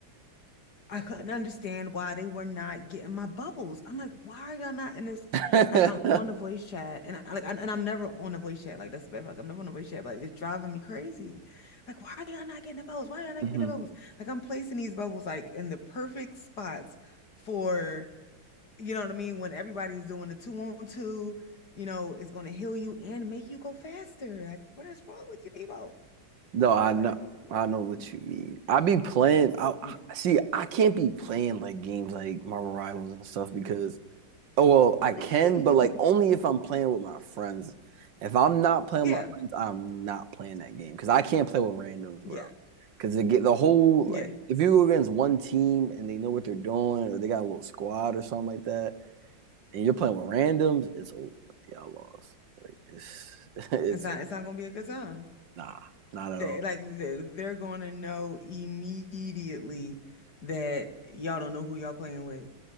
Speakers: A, on the left; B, on the right.
A: I couldn't understand why they were not getting my bubbles. I'm like, why are y'all not in this?
B: Mm-hmm.
A: Like, I'm on the voice chat, and I, like, I, and I'm never on the voice chat. Like, that's the bad part. Like, I'm never on the voice chat. But like, it's driving me crazy. Like, why are y'all not getting the bubbles? Why are y'all not
B: <laughs> hmm
A: getting the bubbles? Like, I'm placing these bubbles like in the perfect spots for you know what I mean. When everybody's doing the two on two, you know, it's going to heal you and make you go faster. Like, what is wrong with you people?
B: No, I
A: Like,
B: know
A: oh my God.
B: I know what you mean. I be playing I I-
A: Yeah.
B: see I can't be playing like games like Marvel Rivals and stuff because oh well I can
A: <laughs>
B: but like only if I'm playing with my friends. If I'm not playing
A: Yeah.
B: with my friends, I'm not playing that game because I can't play with randoms,
A: Yeah.
B: bro. Because they get the whole
A: Yeah.
B: like if you go against one team and they know what they're doing or they got a little squad or something like that and you're playing with randoms, it's over. Y'all lost. Like it's <laughs> it's
A: It's not it's not gonna be a good time.
B: nah, not at
A: They
B: all.
A: like they- they're gonna know immediately that y'all don't know who y'all playing with.